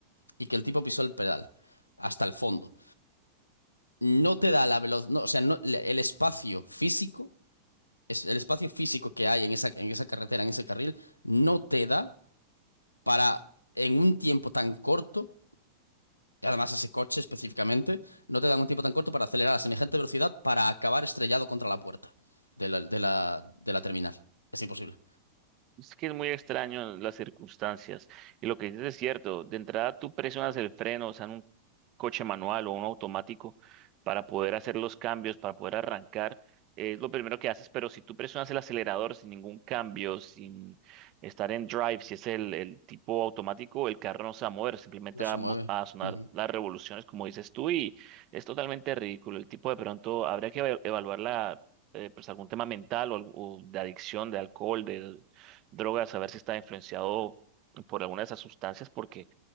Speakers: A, on the left; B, on the right.
A: y que el tipo pisó el pedal hasta el fondo. No te da la velocidad, no, o sea, no- el espacio físico, es, el espacio físico que hay en esa, en esa carretera, en ese carril, no te da para, en un tiempo tan corto, y además ese coche específicamente, no te da un tiempo tan corto para acelerar a semejante velocidad para acabar estrellado contra la puerta de la, de la, de la terminal. Es imposible.
B: Es que es muy extraño las circunstancias. Y lo que dices es cierto. De entrada, tú presionas el freno, o sea, en un coche manual o un automático, para poder hacer los cambios, para poder arrancar. Es lo primero que haces, pero si tú presionas el acelerador sin ningún cambio, sin estar en drive, si es el, el tipo automático, el carro no se va a mover, simplemente
A: No se
B: va a
A: mueve.
B: mos- a sonar
A: Ujú.
B: las revoluciones, como dices tú, y es totalmente ridículo. El tipo de pronto habría que eva- evaluar la eh, pues algún tema mental o, algo- o de adicción, de alcohol, de, drogas, a ver si está influenciado por alguna de esas sustancias, porque